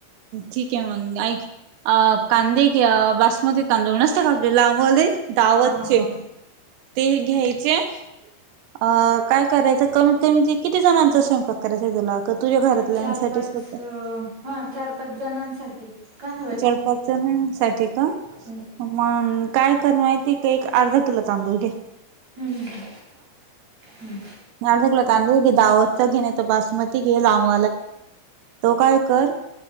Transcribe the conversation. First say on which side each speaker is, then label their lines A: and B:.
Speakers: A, on the right; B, on the right.
A: ठीक आहे मग अ कांदे कि बासमती तांदूळ नसतात आपल्याला आमले ावतचे
B: हा हा हा
A: ते घ्यायचे. अ काय करायचं कमीत कमी ते किती जणांचा स्वयंपाक करायचा तुला का तुझ्या घरातल्यांसाठीच
B: चार पाच
A: फक्त
B: हा चार पाच जणांसाठी काय हवंय
A: चडपाच साठी का
B: हम्म
A: मग काय कर माती ते एक अर्धा किलो तांदूर घ.
B: हम्म ह हम्.
A: कला कांदा घे दातचा घेणे तर बासमती घे लाव. तो काय कर.